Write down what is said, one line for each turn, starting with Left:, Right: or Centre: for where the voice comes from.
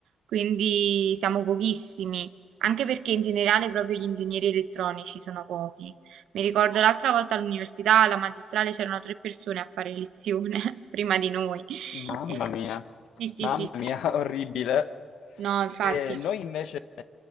Right: quindi siamo pochissimi, anche perché in generale proprio gli ingegneri elettronici sono pochi. Mi ricordo l'altra volta all'università, alla magistrale, c'erano tre persone a fare lezione <laughs> prima di noi.
Left: Mamma
Right: Eh,
Left: mia,
Right: sì, sì,
Left: mamma
Right: sì, sì.
Left: mia, <laughs> orribile.
Right: No, infatti.
Left: E noi invece,